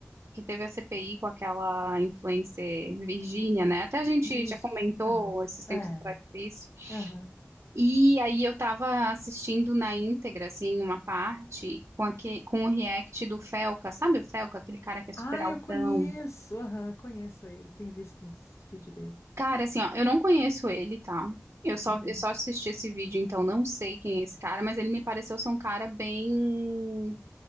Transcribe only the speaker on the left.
Isso.
Aham.
É.
Aham.
Ah,
eu conheço. Aham, conheço ele. Tenho visto uns vídeos dele.
uhum.